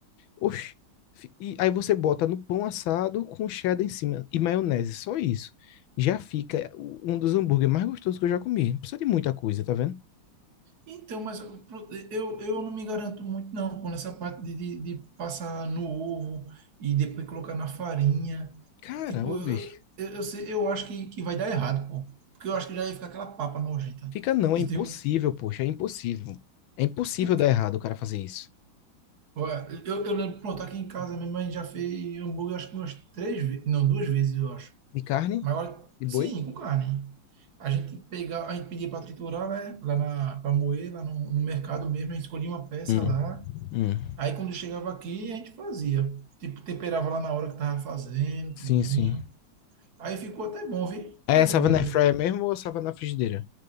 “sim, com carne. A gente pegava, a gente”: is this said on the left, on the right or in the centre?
Right